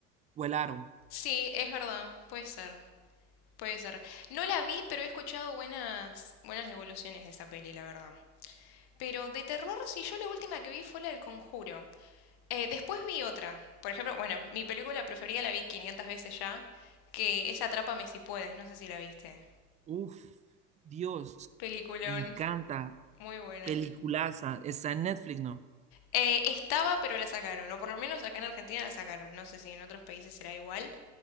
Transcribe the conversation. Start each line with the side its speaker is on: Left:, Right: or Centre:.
Right: o el aro.
Left: Sí, es verdad, puede ser, puede ser. No la vi, pero he escuchado buenas, buenas devoluciones de esa peli, la verdad. Pero de terror, sí, yo la última que vi fue la del Conjuro. Eh, después vi otra, por ejemplo, bueno, mi película preferida la vi 500 veces ya, que es Atrápame si puedes, no sé si la viste.
Right: Uf, Dios,
Left: Peliculón,
Right: me encanta.
Left: muy buena.
Right: Peliculaza. Está en Netflix, ¿no?
Left: Eh, estaba, pero la sacaron, o por lo menos acá en Argentina la sacaron. No sé si en otros países será igual,